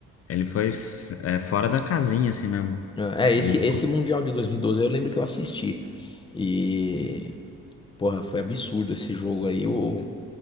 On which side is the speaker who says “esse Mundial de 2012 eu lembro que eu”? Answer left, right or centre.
Left